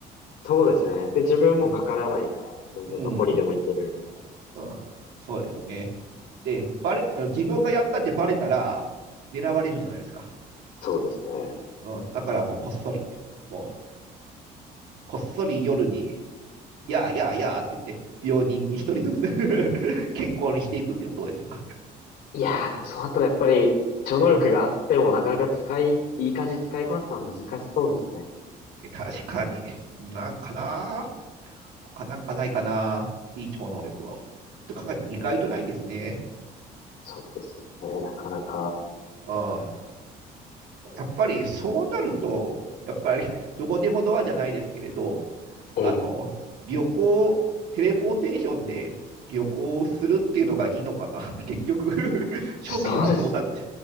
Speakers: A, on the left (about 70°); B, on the right (about 75°).
A: そうですね。で、自分もかからないから、
B: うん。
A: 全然どこにでも行けるみたいな。
B: うんうん、そうですよね。で、バレ、あの自分がやったってバレたら、狙われるじゃないですか。
A: そうですね。
B: うん、だからもうこっそり、もう、こっそり夜に、やあやあやあって言って、病人に一人ずつ <laughs> 健康にしていくっていうのもどうでしょうか。
A: いやー、でもそうなったらやっぱり、超能力があってもなかなか使い、
B: うん。
A: いい感じに使いこなすのは難しそうですね。
B: 確かに、なんかな他なんかないかないい超能力は。と考えて意外とないんですね。
A: そうですね。なかなか。
B: うん。やっぱりそうなると、やっぱりどこでもドアじゃないですけれど、
A: ええ、
B: あの、旅行、テレポーテーションで旅行するっていうのがいいのかなって、結局 <laughs> 庶民はそうなっちゃ
A: そうですね。